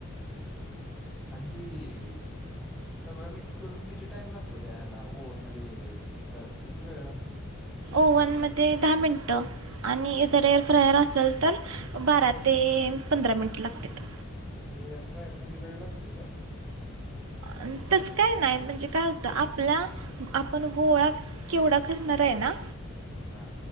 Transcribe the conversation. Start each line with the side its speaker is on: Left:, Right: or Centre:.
Centre: आणि ती ई सगळं मिक्स करून किती टाइम लागतो त्या ह्याला ओव्हन मध्ये परत किती वेळ लागतो
Right: ओव्हन मध्ये दहा मिनटं आणि जर फ्रायर असेल तर बारा
Centre: हं.
Right: ते पंधरा मिनिट लागतयात
Centre: म्हणजे एअरफायर मध्ये वेळ लागतोय का?
Right: अ तस काय नाही म्हणजे काय होतं आपला आपण गोळा केवढा करणार आहे ना
Centre: हा